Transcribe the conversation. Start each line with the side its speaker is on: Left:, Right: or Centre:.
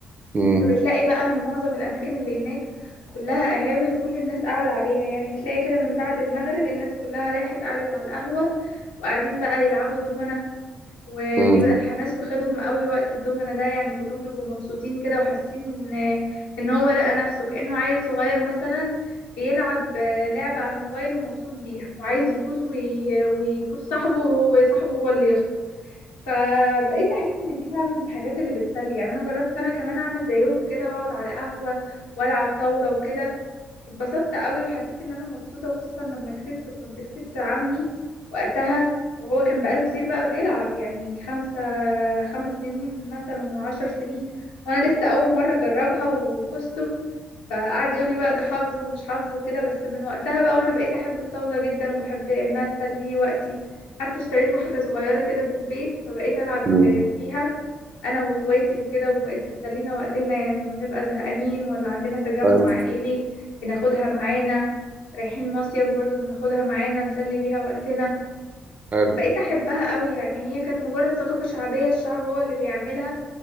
Right: مم.
Left: فبتلاقي بقى ان معظم الاماكن اللي هناك كلها قهاوي وكل الناس قاعدة عليها يعني بتلاقي كده من بعد المغرب الناس كلها رايحة قعدت على القهوة وقاعدين بقى يلعبوا دومنة وبيبقى
Right: مم.
Left: الحماس واخدهم قوي وقت الدومنة ده يعني كلهم بيبقوا مبسوطين كده وحاسين آه، ان هو لقى نفسه كأنه عيل صغير مثلا بيلعب آه، لعبة على الموبايل ومبسوط بيها وعايز يفوز وي- ويفوز صاحبه وهو صاحبه هو اللي يخسر فبقيت احس ان دي فعلا من الحاجات اللي بتسلي يعني انا جربت انا كمان اعمل زيهم كده واقعد على قهوة والعب طاولة وكده اتبسطت قوي وحسيت ان انا مبسوطة وخصوصا لما كسبت كنت كسبت عمي وقتها وهو كان بقاله كتير بقى بيلعب يعني خمسة خمس سنين مثلا ولا عشر سنين وانا لسه اول مرة اجربها وفزت فقعد يقول لي بقى ده حظ ومش حظ وكده بس من وقتها بقى وانا بقيت احب الطاولة جدا وبحب انها تسلي لي وقتي حتى اشتريت واحدة صغيرة كده في البيت فبقيت العب
Right: مم.
Left: فيها انا واخواتي وكده وبقت بتسلينا وقتنا يعني لما بنبقى زهقانين ولا عندنا تجمع
Right: حلو
Left: عائلي بناخدها معانا رايحين مصيف برضو بناخدها معانا نسلي بيها وقتنا
Right: حلو
Left: فبقيت احبها قوي يعني هي كانت مجرد ثقافة شعبية الشعب هو اللي بيعملها